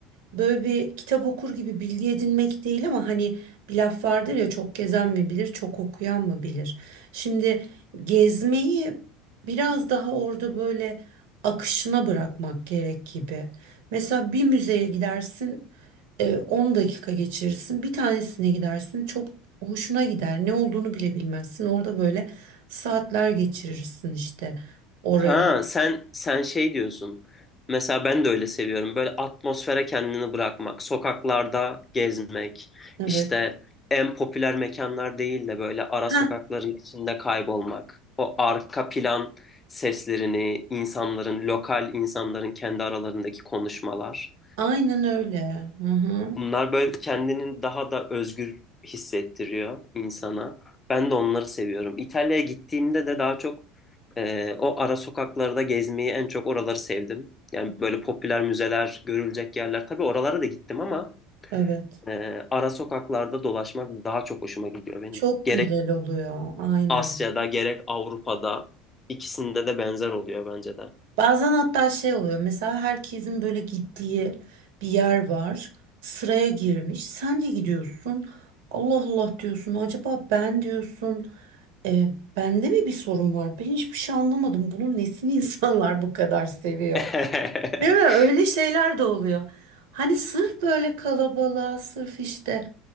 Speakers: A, on the right (about 75°); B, on the left (about 25°).
A: Böyle bir kitap okur gibi bilgi edinmek değil ama hani bir laf vardır ya çok gezen mi bilir, çok okuyan mı bilir. Şimdi gezmeyi biraz daha orada böyle akışına bırakmak gerek gibi. Mesela bir müzeye gidersin, e, 10 dakika geçirirsin, bir tanesine gidersin, çok hoşuna gider. Ne olduğunu bile bilmezsin. Orada böyle saatler geçirirsin işte orayı.
B: Ha sen sen şey diyorsun. Mesela ben de öyle seviyorum. Böyle atmosfere kendini bırakmak, sokaklarda gezmek,
A: Evet.
B: işte en popüler mekanlar değil de böyle ara
A: Ha,
B: sokakların içinde kaybolmak. O arka plan seslerini, insanların, lokal insanların kendi aralarındaki konuşmalar.
A: aynen öyle. Hı hı.
B: Bunlar böyle kendini daha da özgür hissettiriyor insana. Ben de onları seviyorum. İtalya'ya gittiğimde de daha çok e, o ara sokaklarda gezmeyi en çok oraları sevdim. Yani böyle popüler müzeler, görülecek yerler. Tabii oralara da gittim ama
A: Evet.
B: e, ara sokaklarda dolaşmak daha çok hoşuma gidiyor benim.
A: Çok
B: Gerek
A: güzel oluyor, aynen.
B: Asya'da gerek Avrupa'da ikisinde de benzer oluyor bence de.
A: Bazen hatta şey oluyor, mesela herkesin böyle gittiği bir yer var, sıraya girmiş, sen de gidiyorsun, Allah Allah diyorsun, acaba ben diyorsun, e, bende mi bir sorun var? Ben hiçbir şey anlamadım, bunun nesini <laughs> insanlar bu kadar seviyor?
B: <laughs>
A: Değil mi? Öyle şeyler de oluyor. Hani sırf böyle kalabalığa, sırf işte